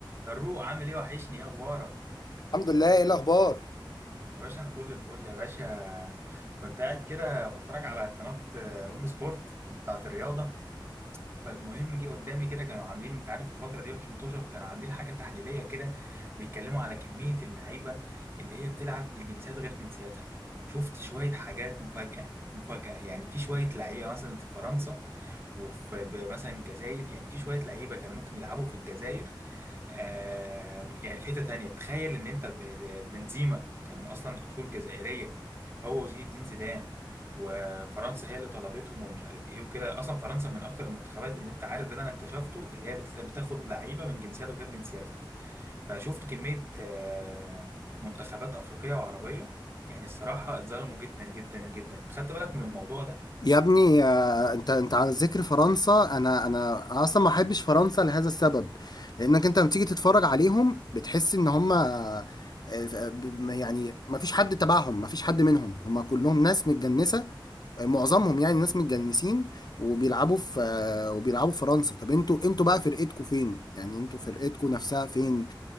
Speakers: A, on the right (about 30°); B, on the left (about 55°).
A: فاروق عامل ايه وحشني ايه اخبارك
B: الحمد لله ايه الاخبار
A: يا باشا انا فل الفل يا باشا كنت قاعد كده بتفرج على قناه آه، اون سبورت بتاعت الرياضه فالمهم جه قدامي كده كانوا عاملين انت عارف الفتره دي مفيش مطوشه فكانوا عاملين حاجه تحليليه كده بيتكلموا على كميه اللعيبه اللي هي بتلعب لجنسيات غير جنسياتها شفت شويه حاجات مفاجاه مفاجاه يعني في شويه لعيبه مثلا في فرنسا وفي ب- مثلا الجزائر يعني في شويه لعيبه كانوا ممكن يلعبوا في الجزائر آه يعني في حتة تانية تخيل ان انت ب- بنزيما كان اصلا اصول جزائرية هو وزين الدين زيدان وفرنسا هي اللي طلبتهم ومش عارف ايه وكده اصلا فرنسا من اكتر المنتخبات اللي انت عارف ده اللي انا اكتشفته اللي هي بت- بتاخد لعيبة من جنسيات غير جنسياتها فشفت كمية آه منتخبات افريقية وعربية يعني الصراحة اتظلموا جدا جدا جدا خدت بالك من الموضوع ده
B: يا ابني آه، انت انت على ذكر فرنسا انا انا اصلا ما بحبش فرنسا لهذا السبب لانك انت لما تيجي تتفرج عليهم بتحس ان هم آه، آه، ب- يعني ما فيش حد تبعهم ما فيش حد منهم هم كلهم ناس متجنسة آه، معظمهم يعني ناس متجنسين وبيلعبوا في آه، وبيلعبوا في فرنسا طب انتوا انتوا بقى فرقتكوا فين يعني انتوا فرقتكوا نفسها فين